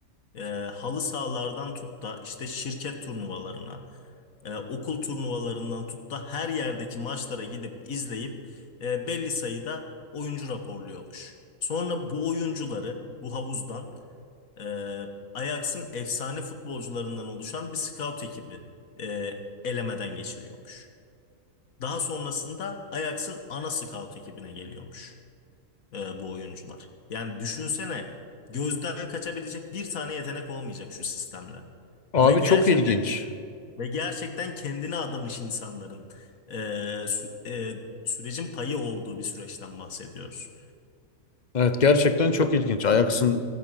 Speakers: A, on the left (about 75°); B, on the left (about 40°).
A: e, halı sahalardan tut da işte şirket turnuvalarına, e, okul turnuvalarından tut da her yerdeki maçlara gidip izleyip e, belli sayıda oyuncu raporluyormuş. Sonra bu oyuncuları bu havuzdan e, Ajax'ın efsane futbolcularından oluşan bir scout ekibi e, elemeden geçiriyormuş. Daha sonrasında Ajax'ın ana scout ekibine geliyormuş e, bu oyuncular. Yani düşünsene gözden kaçabilecek bir tane yetenek olmayacak şu sistemle.
B: Abi
A: Ve gerçekten
B: çok ilginç.
A: ve gerçekten kendine adamış insanların e, sü- e, sürecin payı olduğu bir süreçten bahsediyoruz.
B: Evet gerçekten çok ilginç. Ajax'ın